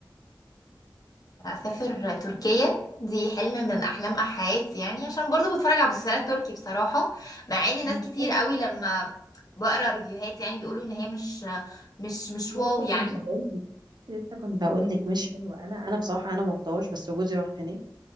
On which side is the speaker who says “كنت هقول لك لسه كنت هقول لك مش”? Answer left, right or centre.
Right